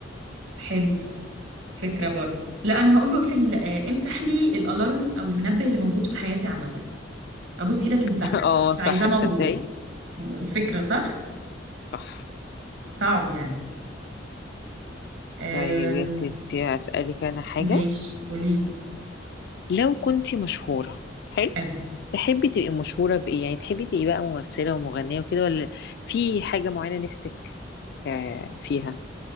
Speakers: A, on the right; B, on the left.
A: حلو فكرة برضه لا انا هقول له اقفل آه، امسح لي الالارم او المنبه اللي موجود في حياتي عامة ابوس ايدك امسحه
B: <laughs> اه
A: مش
B: صح
A: عايزاه موجود
B: تصدقي
A: م- فكرة صح
B: صح
A: صعب يعني أم...
B: طيب يا ستي هسألك انا حاجة
A: ماشي قوليلي
B: لو كنتي مشهورة حلو
A: حلو
B: تحبي تبقي مشهورة بإيه يعني تحبي تبقي بقى ممثلة ومغنية وكده ولا في حاجة معينة نفسك آه، فيها